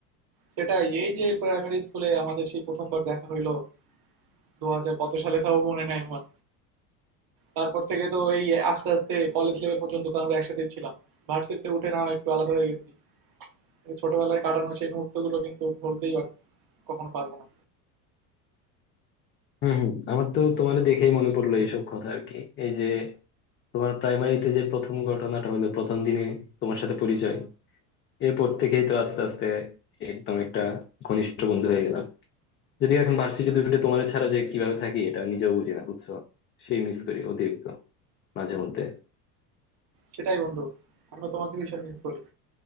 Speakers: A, on the right; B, on the left.
A: সেটাই এই যে প্রাইমারি স্কুলে আমাদের সেই প্রথমবার দেখা হইলো দু হাজার কত সালে তাও মনে নাই আমার তারপর থেকে তো এই আস্তে আস্তে কলেজ লেভেল পর্যন্ত তো আমরা একসাথে ছিলাম ভার্সিটিতে উঠে না হয় একটু আলাদা হয়ে গেছি এই ছোটবেলায় কাটানো সেই মুহূর্তগুলো কিন্তু ভুলতেই পার- কখনো পারবো না
B: হম হম আমার তো তোমার দেখেই মনে পড়লো এইসব কথা আর কি এই যে তোমার প্রাইমারিতে যে প্রথম ঘটনাটা হলো প্রথম দিনে তোমার সাথে পরিচয় এরপর থেকেই তো আস্তে আস্তে একদম একটা ঘনিষ্ঠ বন্ধু হয়ে গেলাম যদিও এখন ভার্সিটি দুটো তোমার ছাড়া যে কিভাবে থাকি এটা নিজেও বুঝি না বুঝছো সেই মিস করি অতিরিক্ত মাঝে মধ্যে
A: সেটাই বন্ধু আমি তোমাকে ভীষণ মিস করি